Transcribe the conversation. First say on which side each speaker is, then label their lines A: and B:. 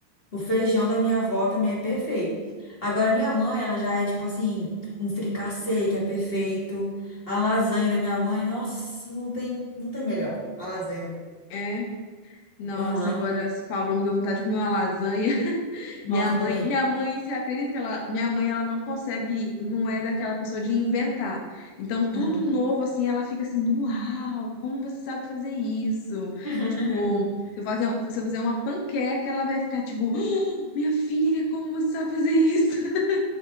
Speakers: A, on the left (about 20°); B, on the left (about 75°).
A: O feijão da minha avó também é perfeito. Agora, minha mãe, ela já é tipo assim, um fricassê que é perfeito. A lasanha da minha mãe, nossa, não tem, não tem melhor. A lasanha.
B: É. Nossa,
A: Aham.
B: agora você falou, me deu vontade de comer uma lasanha.
A: Nossa,
B: Minha mãe,
A: também.
B: minha mãe, você acredita que ela, minha mãe, ela não consegue, não é daquela pessoa de inventar. Então, tudo
A: Aham.
B: novo, assim, ela fica assim, uau, como você sabe fazer isso?
A: <laughs>
B: Tipo, se eu fazer, se eu fizer uma panqueca, ela vai ficar tipo, "Ah, minha filha, como você sabe fazer isso? <laughs>